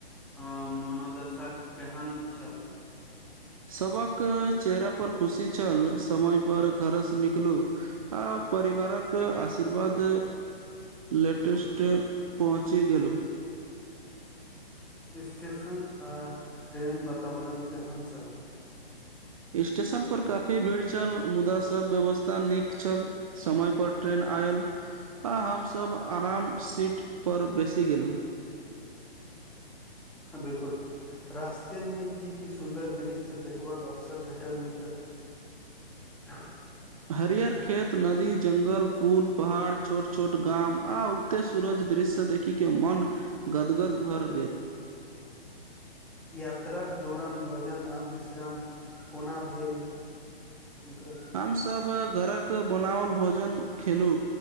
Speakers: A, in the centre; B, on the right.
A: अ मनोदशा केहन छल
B: सबक चेहरा पर खुशी छल समय पर घर से निकलू आ परिवारक आशीर्वाद लेटेस्ट पहुँचि गेलहुँ
A: स्टेशन आ ट्रेन वातावरण केहन छल
B: स्टेशन पर काफी भीड़ छल मुदा सब व्यवस्था नीक छल समय पर ट्रेन आयल आ हमसब आराम सीट पर बेसी गेलु
A: बिल्कुल रास्तेमे की की सुन्दर दृश्य देखबाक अवसर भेटल मित्र आ <unintelligible>
B: हरियर खेत नदी जंगल पुल पहाड़ छोट छोट गाम आ एते सूरज दृश्य देखिक के मन गदगद भर
A: यात्राक दौरान भजन आओर विश्राम कोना भेल मिित्र
B: हमसभ घरक बनावल भोजन खेलु